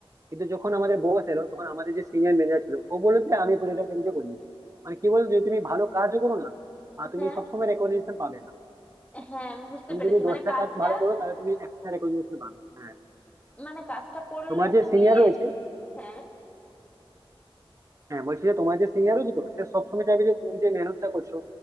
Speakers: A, on the right; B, on the left.
A: কিন্তু যখন আমাদের বস এলো তখন আমাদের যে সিনিয়র ম্যানেজার ছিল ও বললো যে আমি প্রজেক্টটা নিজে করে নিচ্ছি মানে কি বলতো যদি তুমি ভালো কাজও করো না আর তুমি
B: হ্যাঁ
A: সবসময় রেকগনিশন পাবে না
B: হ্যাঁ আমি বুঝতে
A: তুমি
B: পেরেছি
A: যদি
B: মানে
A: দশটা
B: কাজটা
A: কাজ ভালো করো তাহলে তুমি একটা রেকগনিশন পাবে হ্যাঁ
B: মানে কাজটা করলে
A: তোমার যে
B: তুমি
A: সিনিয়র রয়েছে
B: হ্যাঁ
A: হ্যাঁ বলছি যে তোমার যে সিনিয়র রয়েছে তো সে সবসময় চাইবে যে তুমি যে মেহনতটা করছো